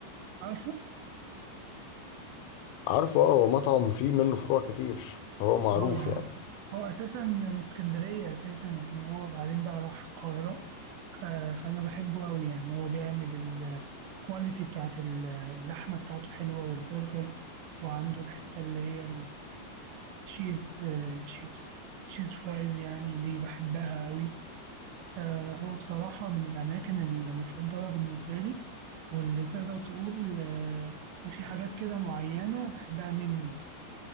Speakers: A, on the right; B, on the left.
A: عارفه
B: عارفه اه هو مطعم فيه منه فروع كتير فهو معروف
A: اه يعني
B: يعني
A: هو اساسا من اسكندريه اساسا يعني هو بعدين بقى راح القاهره ف- فانا بحبه قوي يعني هو بيعمل الكواليتي بتاعت ال- اللحمة بتاعته حلوة والبرجر وعنده الحتة اللي هي التشيز آه، شيبس تشيز فرايز يعني دي بحبها قوي فهو بصراحة من الأماكن المفضلة بالنسبة لي واللي تقدر تقول آه، إن في حاجات كده معينة بحبها منه يعني.